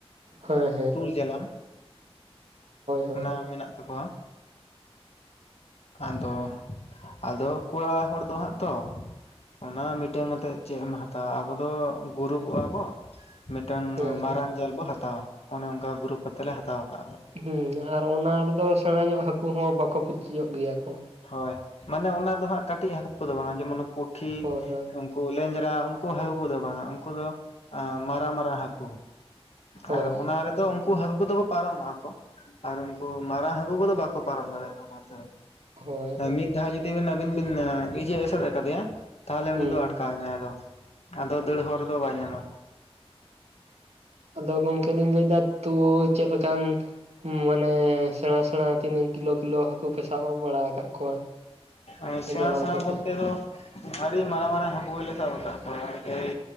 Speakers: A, on the right (about 80°); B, on the left (about 75°).
A: ᱦᱮᱸ ᱦᱮᱼᱼ
B: ᱛᱩᱞ ᱡᱟᱞᱟᱢ
A: ᱦᱳᱭ
B: ᱚᱱᱟ ᱢᱮᱱᱟᱜ ᱛᱟᱠᱚᱣᱟ᱾ ᱟᱫᱚ ᱟᱫᱚ ᱠᱚᱲᱟ ᱦᱚᱲ ᱫᱚ ᱦᱟᱸᱜ ᱛᱚᱼᱼ ᱚᱱᱟ ᱢᱤᱫᱴᱝ ᱠᱟᱛᱮᱫ ᱪᱮᱫ ᱮᱢ ᱦᱟᱛᱟᱣᱟ ᱟᱵᱚ ᱫᱚ ᱜᱩᱨᱩᱵᱚᱜᱼᱟ ᱵᱚ᱾ ᱢᱤᱴᱟᱝ
A: ᱦᱮᱸ
B: ᱢᱟᱨᱟᱝ
A: ᱦᱮᱸ
B: ᱡᱟᱞ ᱵᱚ ᱦᱟᱛᱟᱣᱟ ᱚᱱᱮ ᱚᱱᱠᱟ ᱜᱩᱨᱩᱩᱯ ᱠᱟᱛᱮᱞᱮ ᱦᱟᱛᱟᱣ ᱟᱠᱟᱫᱟᱼᱟ᱾
A: ᱦᱮᱸ ᱟᱨ ᱚᱱᱟ ᱨᱮᱫᱚ ᱥᱮᱬᱟ ᱧᱚᱜ ᱦᱟᱹᱠᱩ ᱦᱚᱸ ᱵᱟᱠᱚ ᱯᱩᱪᱩᱡᱚᱜ ᱜᱮᱭᱟ ᱠᱚ᱾
B: ᱦᱳᱭ ᱢᱟᱱᱮ ᱚᱱᱟ ᱫᱚ ᱦᱟᱸᱜ ᱠᱟᱹᱴᱤᱡ ᱦᱟᱹᱠᱩ ᱠᱚᱫᱚ ᱵᱟᱝᱟ ᱡᱮᱢᱚᱱ ᱯᱩᱴᱷᱤᱼᱼ
A: ᱦᱳᱭ ᱦᱳᱭ
B: ᱠᱩ ᱞᱮᱸᱡᱨᱟ ᱩᱱᱠᱩ ᱦᱟᱹᱠᱩ ᱠᱚᱫᱚ ᱵᱟᱝᱟ ᱩᱱᱠᱩ ᱫᱚ ᱢᱟᱨᱟᱝ ᱢᱟᱨᱟᱝ ᱦᱟᱹᱠᱩ
A: ᱦᱳᱭ
B: ᱟᱨ ᱚᱱᱟ ᱨᱮᱫᱚᱼᱼ ᱩᱱᱠᱩ ᱦᱟᱹᱠᱩ ᱠᱚᱫᱚ ᱠᱚ ᱯᱟᱨᱚᱢᱚᱜᱼᱟ ᱠᱚ ᱟᱨ ᱩᱱᱠᱩ ᱢᱟᱨᱟᱝ ᱦᱟᱹᱠᱩ ᱠᱚᱫᱚ ᱵᱟᱠᱚ ᱯᱟᱨᱚᱢ ᱫᱟᱲᱮᱭᱟᱜᱼᱟ ᱚᱱᱟᱛᱮᱼᱼ
A: ᱦᱳᱭ ᱦᱳᱭ
B: ᱢᱤᱫ ᱫᱷᱟᱣ ᱡᱩᱫᱤ ᱵ ᱟᱹᱵᱤᱱ ᱵᱤᱱ ᱤᱭᱟᱹ ᱮᱥᱮᱫ ᱟᱠᱟᱫᱮᱭᱟ᱾ ᱛᱟᱦᱚᱞᱮ
A: ᱦᱩᱸ
B: ᱩᱱᱤ ᱫᱚ ᱟᱴᱠᱟᱣ ᱮᱱᱟᱭ ᱟᱫᱚ ᱟᱫᱚ ᱫᱟᱹᱲ ᱦᱚᱲ ᱨᱮᱫᱚ ᱵᱟᱭ ᱧᱟᱢᱟ᱾
A: ᱟᱫᱚ ᱜᱚᱝᱠᱮ ᱞᱤᱧ ᱞᱟᱹᱭ ᱮᱫᱟ ᱛᱩᱵᱩ ᱪᱮᱫ ᱞᱮᱠᱟᱱ᱾ ᱢᱟᱱᱮ ᱥᱮᱬᱟᱸ ᱥᱮᱬᱟᱸ ᱛᱤᱱᱟᱹᱜ ᱠᱤᱞᱳ ᱠᱤᱞᱳ ᱦᱟᱹᱠᱩ ᱯᱮ ᱥᱟᱵ ᱵᱟᱲᱟ ᱟᱠᱟᱫ ᱠᱚᱣᱟ?
B: ᱟᱨ ᱥᱮᱬ
A: ᱡᱟᱞᱟᱢ
B: ᱥᱮᱬ
A: ᱠᱚᱛᱮ
B: ᱵᱚᱞᱛᱮᱼᱼ ᱛᱮ ᱫᱚ ᱟᱹᱰᱤ ᱢᱟᱨᱟᱝ ᱢᱟᱨᱟᱝ ᱦᱟᱹᱠᱩ ᱜᱮᱞᱮ ᱥᱟᱵ ᱟᱠᱟᱫ ᱠᱚᱣᱟ ᱮᱭ